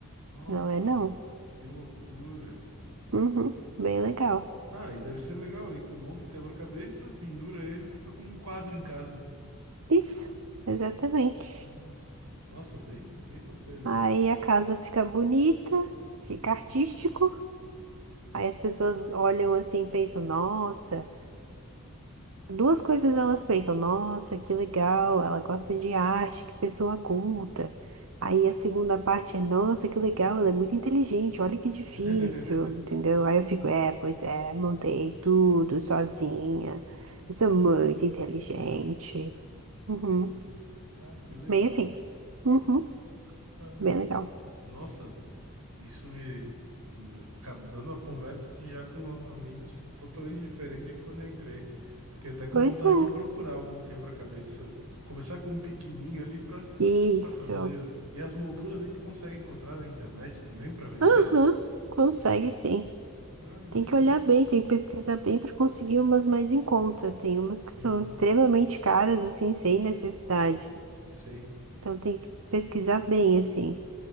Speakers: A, on the right; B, on the right.
A: Nossa,
B: Não é não.
A: que loucura.
B: Uhum. Bem legal.
A: Ah, e deve ser legal, aí tu monta o quebra-cabeça, pendura ele, e fica com um quadro em casa.
B: Isso, exatamente.
A: Nossa, nossa, bem, bem bacana
B: Aí
A: isso.
B: a casa fica bonita, fica artístico. Aí as pessoas olham assim e pensam, nossa. Duas coisas elas pensam, nossa, que legal, ela gosta de arte, que pessoa culta. Aí a segunda parte é, nossa, que legal, ela é muito inteligente, olha que difícil,
A: <laughs>
B: entendeu? Aí eu fico, é, pois é, montei tudo sozinha, eu sou muito inteligente. Uhum.
A: Ah, que legal.
B: Bem assim, uhum.
A: Ah,
B: Bem legal.
A: nossa, Isso me. Acabando a conversa aqui já com a mente totalmente diferente de quando eu entrei. Fiquei até com
B: Pois
A: vontade
B: é,
A: de procurar algum quebra-cabeça. Começar com um pequenininho ali pra,
B: isso.
A: pra fazer. E as molduras aí tu consegue encontrar na internet também pra vender?
B: Aham, Consegue sim.
A: Ah, então.
B: Tem que olhar bem, tem que pesquisar bem para conseguir umas mais em conta. Tem umas que
A: Uhum,
B: são extremamente caras, assim, sem necessidade.
A: sim.
B: Então tem que pesquisar bem, assim.